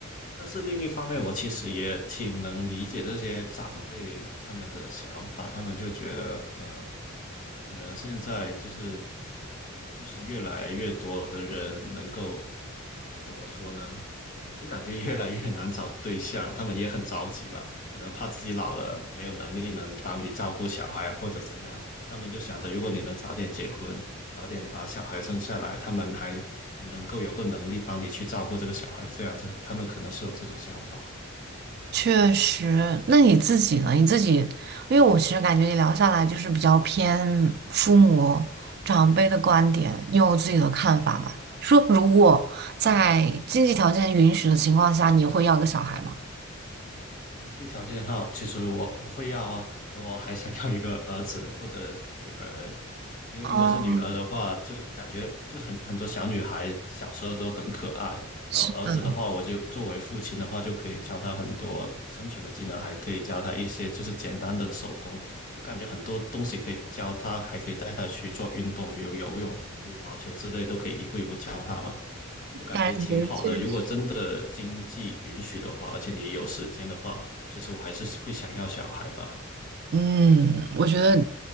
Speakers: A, on the left (about 40°); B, on the right (about 50°).
A: 但是另一方面，我其实也挺能理解这些长辈他们的想法，他们就觉得，呃，可能现在就是就是越来越多的人能够，这怎么说呢？就感觉越来越难找对象，他们也很着急吧，可能怕自己老了没有能力能帮你照顾小孩啊或者怎样，他们就想着如果你能早点结婚，早点把小孩生下来，他们还还能够有个能力帮你去照顾这个小孩，这样子，他们可能是有这种想法。
B: 确实，那你自己呢？你自己，因为我其实感觉你聊下来就是比较偏父母长辈的观点，你有自己的看法吗？说如果在经济条件允许的情况下，你会要个小孩吗？
A: 经济条件好，其实我我会要啊，我还想要一个儿子或者女儿，因为如果是女儿的话，
B: 哦，
A: 就感觉就是很很多小女孩小时候都很可爱，
B: 是的，
A: 然后儿子的话，我就作为父亲的话，就可以教他很多生存的技能，还可以教他一些就是简单的手工，就感觉很多东西可以教他，还可以带他去做运动，比如游泳、羽毛球之类，都可以一步一步教他嘛。就感觉挺好的。
B: 感觉确实。
A: 如果真的经济允许的话，而且你有时间的话，其实我还是会想要小孩吧。
B: 嗯，我觉得，